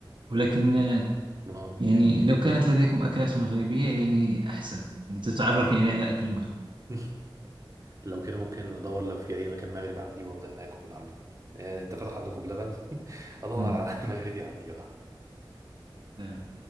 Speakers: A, on the right (about 60°); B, on the right (about 35°).
A: ولكن آه،
B: آه.
A: يعني لو كانت لديكم أكلات مغربية يعني أحسن يعني تتعرف يعني على أكل المغرب
B: <laughs> لو كده ممكن ادور لو في اي مكان مغرب عندي وابدا انا اكل من عنده يعني انت فتح عندكم بلبن <laughs> ادور
A: <laughs>
B: على <laughs> مغربي عندي بقى
A: نعم.